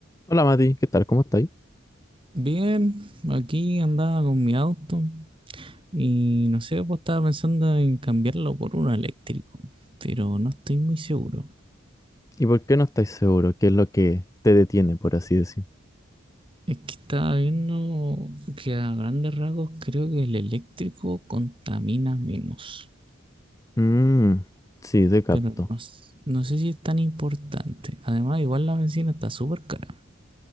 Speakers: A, on the left (about 15°); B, on the right (about 25°).
A: Hola Mati, ¿qué tal? ¿Cómo estáis?
B: Bien, aquí andaba con mi auto y no sé, pues estaba pensando en cambiarlo por uno eléctrico, pero no estoy muy seguro.
A: ¿Y por qué no estáis seguro? ¿Qué es lo que te detiene, por así decir?
B: Es que estaba viendo que a grandes rasgos creo que el eléctrico contamina menos,
A: Mmm, sí, te capto.
B: pero no, s- no sé si es tan importante. Además, igual la bencina está súper cara.